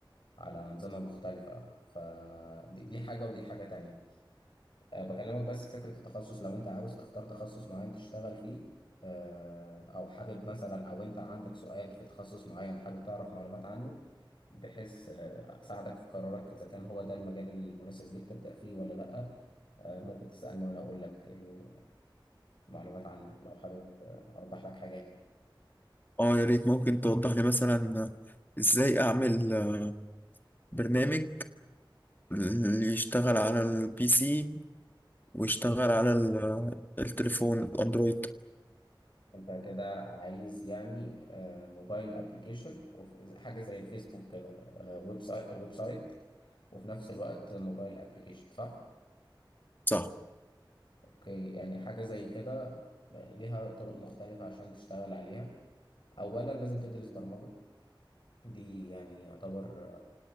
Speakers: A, on the left; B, on the left.
A: على أنظمة مختلفة فدي دي حاجة ودي حاجة تانية آه، بكلمك بس في فكرة التخصص لو أنت عاوز تختار تخصص معين تشتغل فيه آه، أو حابب مثلا أو أنت عندك سؤال في تخصص معين حابب تعرف معلومات عنه بحيث آه، أساعدك في قرارك إذا كان هو ده المجال المناسب ليك تبدأ فيه ولا لأ آه، ممكن تسألني وأنا أقول لك يعني معلومات عنه لو حابب آه، أوضح لك حاجة يعني
B: اه يا ريت ممكن توضح لي مثلا ازاي اعمل آه، برنامج اللي يشتغل على البي سي ويشتغل على ال- آه، التليفون الاندرويد
A: أنت كده عايز يعني آه، موبايل أبليكيشن حاجة زي الفيسبوك كده آه، ويب سايت ويب سايت وفي نفس الوقت موبايل أبليكيشن صح؟
B: صح
A: أوكي يعني حاجة زي كده آه، ليها طرق مختلفة عشان تشتغل عليها أولا لازم تدرس برمجة دي يعني يعتبر